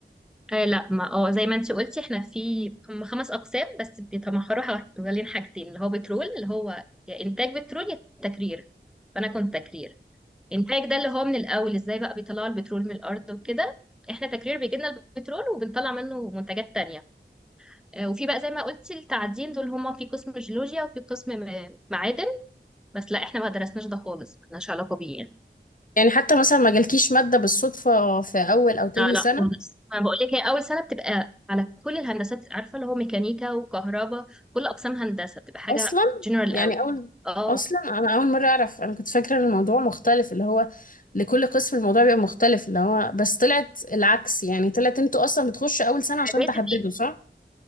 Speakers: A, in the centre; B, on the left.
A: آه لا ما اه زي ما انت قلتي احنا في هم خمس اقسام بس بيتمحوروا حوالين حوالين حاجتين اللي هو بترول اللي هو يا انتاج بترول يا تكرير فانا كنت تكرير انتاج ده اللي هو من الاول ازاي بقى بيطلعوا البترول من الارض وكده احنا تكرير بيجي لنا البترول وبنطلع منه منتجات تانية آه، وفي بقى زي ما قلتي التعدين دول هما في قسم جيولوجيا وفي قسم م- معادن بس لا احنا ما درسناش ده خالص ملناش علاقة بيه يعني.
B: يعني حتى مثلا ما جالكيش مادة بالصدفة في أول أو تاني
A: لا لا
B: سنة
A: خالص ما بقول لك هي اول سنه بتبقى على كل الهندسات عارفه اللي هو ميكانيكا وكهرباء كل اقسام هندسه بتبقى حاجه
B: أصلا
A: جنرال
B: يعني
A: قوي
B: أول
A: اه
B: أصلا أنا أول مرة أعرف أنا كنت فاكرة إن الموضوع مختلف اللي هو لكل قسم الموضوع بيبقى مختلف اللي هو بس طلعت العكس يعني طلعت أنتوا أصلا بتخشوا أول سنة عشان
A: اعدادي
B: تحددوا
A: دي
B: صح؟